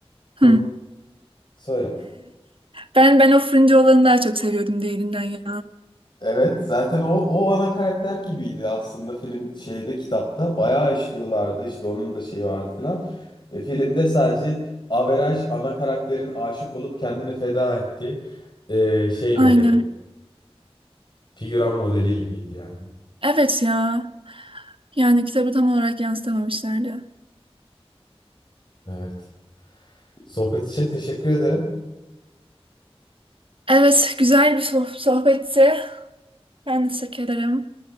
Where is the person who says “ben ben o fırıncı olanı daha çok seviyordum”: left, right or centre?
Right